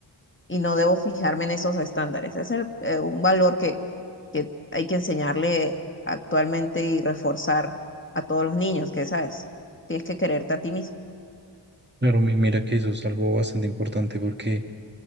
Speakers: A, on the left; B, on the right.
A: y no debo fijarme en esos estándares. Es el- eh, un valor que, que hay que enseñarle actualmente y reforzar a todos los niños, que sabes, tienes que quererte a ti mismo.
B: claro, mi- mira que eso es algo bastante importante porque